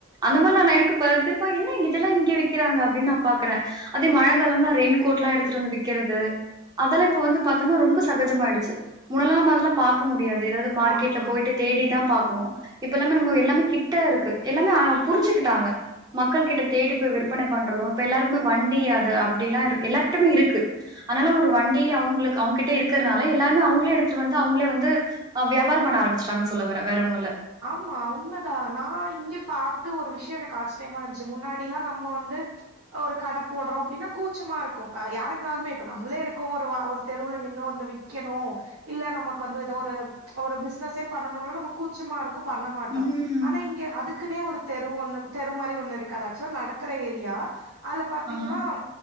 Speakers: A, on the right; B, on the right.
A: அந்த மாரி நா <unintelligible> என்ன இங்க இதெல்லா இங்க வைக்கிறாங்க அப்டின்னு நா பாக்குறே அதே மழ காலம்னா ரெயின்கோட்ல்லா எடுத்துட்டு வந்து விக்கிறது அதெலா இப்ப வந்து பாத்தோம்னா ரொம்ப சகஜமாயிடுச்சு முன்னால நம்ம அதெல்ல பாக்க முடியாது ஏதாது மார்கெட்ல
B: ஆமா
A: போயிட்டு தேடிதா பாக்கணு இப்ப எல்லாமே நம்ம எல்லாமே கிட்ட இருக்கு எல்லாமே அ புரிஞ்சுக்கிட்டாங்க மக்கள் கிட்ட தேடி போய் விற்பனை பண்றது இப்ப எல்லாருக்குமே வண்டி அது அப்டிலா எல்லாருட்யுமே இருக்கு அதனால ஒரு வண்டி அவ்ங்களுக்கு அவ்ங்ககிட்ட இருக்கிறதுனால எல்லாருமே அவ்ங்களே எடுத்துட்டு வந்து அவ்ங்களே வந்து அ வியாபாரம் பன்ன ஆரம்பச்டாங்கன்னு சொல்லவரே வேற ஒன்னு இல்ல
B: ஆமா உண்மதா நா இங்கே பாத்து ஒரு விஷ்யோ எனக்கு ஆச்ரியமா இருஞ்ச்சு முன்னாடி ல நம்ம வந்து ஒரு கட போடுறோ அப்டின்னா கூச்சமா இருக்கு அ யாருக்குனாலுமே இப்ப நம்ளே இருக்கோ ஒரு ஒரு தெருல நின்னு ஒன்னு விக் க்கினு இல்ல நமக்கு வந்து ஏதோ ஒரு ஒரு பிசினஸே பண்ணணும்னா நமக் கூச் கூச்சமா இருக்கு பண்ண மாட்டோ
A: ம்
B: ஆனா இங் அதுக்குன்னே ஒரு தெரு ஒண்ணு தெரு மாரி ஒண்ணு இருக்குது ஆக்சுவலா அது நடக்கர ஏரியா அதுல பாத்தீங்கன்னா
A: ஆ